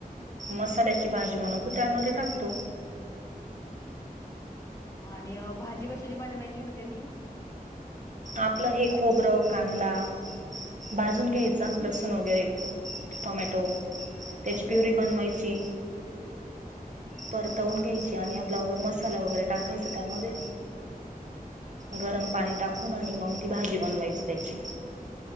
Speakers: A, on the right (about 55°); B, on the left (about 20°).
A: मसाल्याची भाजी बनवतो त्यामध्ये टाकतो.
B: आणि भाजी कशाची बनवायची म्हणजे ती
A: आपलं हे खोबरं कांदा भाजून घ्यायचा लसूण वगैरे टोमॅटो त्याची प्युरी बनवायची. परतवून घ्यायची आणि आपला वगैर मसाला वगैरे टाकायच त्यामध्ये गरम पाणी टाकून आणि मग ती भाजी बनवायची त्याची